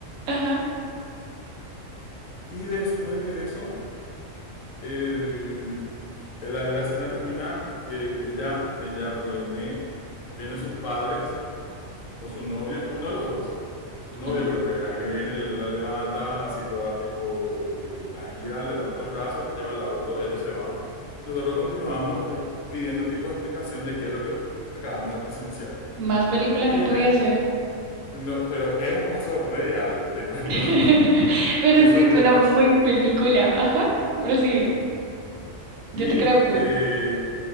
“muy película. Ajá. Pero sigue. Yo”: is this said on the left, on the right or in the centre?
Right